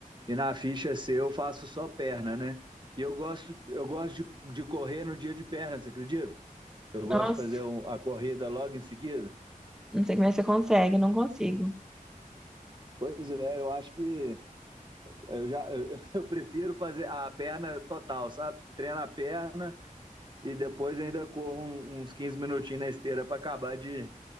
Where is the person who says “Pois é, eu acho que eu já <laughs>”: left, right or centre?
Right